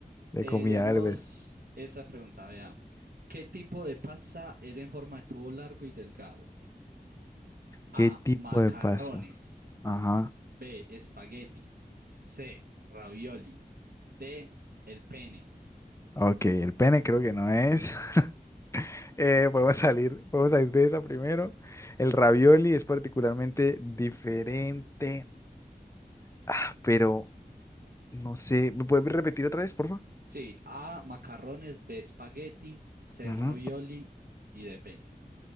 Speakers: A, on the left; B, on the right.
A: De
B: Eh,
A: comida,
B: digamos,
A: Alves.
B: esa pregunta, vea. ¿Qué tipo de pasta es en forma de tubo largo y delgado? A.
A: ¿Qué tipo
B: Macarrones.
A: de pasta? Ajá.
B: B. Espagueti. C. Ravioli. D. El pene.
A: Ok, el pene creo que no es. <laughs> Eh, podemos salir, podemos salir de esa primero. El ravioli es particularmente diferente. Ah, pero no sé. ¿Me puedes repetir otra vez, por favor?
B: Sí, A. Macarrones. B. Espagueti. C.
A: Ujú.
B: Ravioli. Y D. Pene.